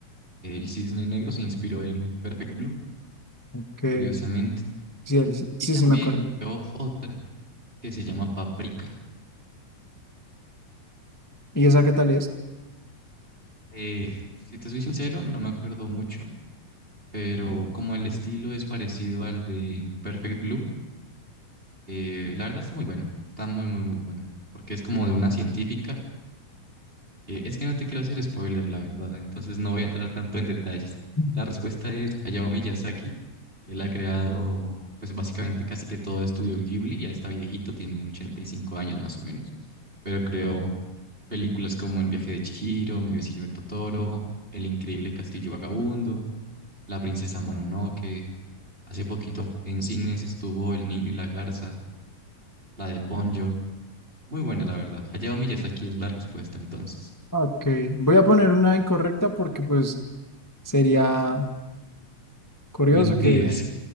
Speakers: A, on the right; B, on the left.
A: el Cisne Negro se inspiró en Perfect Blue,
B: Que
A: curiosamente.
B: sí, él- sí,
A: Y también
B: sí me acuerdo.
A: creó otra que se llama Paprika.
B: ¿Y esa qué tal es?
A: Eh, si te soy sincero, no me acuerdo mucho, pero como el estilo es parecido al de Perfect Blue, eh, la verdad está muy buena, está muy, muy, muy buena, porque es como de una científica eh, Es que no te quiero hacer spoiler, la verdad, entonces no voy a entrar tanto en detalles.
B: Ujú.
A: La respuesta es Hayao Miyazaki. Él ha creado, pues básicamente casi que todo estudio Ghibli, ya está viejito, tiene 85 años más o menos, pero creó películas como El viaje de Chihiro, Mi vecino el Totoro, El increíble castillo vagabundo, La princesa Mononoke. Hace poquito en cines estuvo El niño y la garza, la de Ponyo. Muy buena, la verdad. Hayao Miyazaki es la respuesta entonces.
B: Ok, voy a poner una incorrecta porque pues Sería curioso
A: Mentir.
B: que,